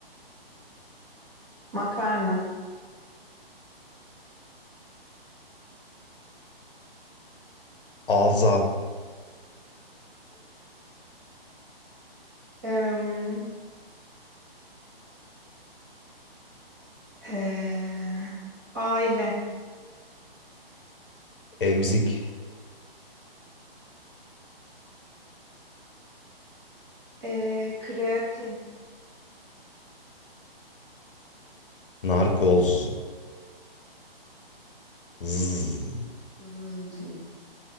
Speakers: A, on the right; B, on the left.
A: makarna,
B: ağza,
A: em, eee, aile,
B: emzik,
A: eee, kreatin,
B: narkoz. Zzz.
A: z-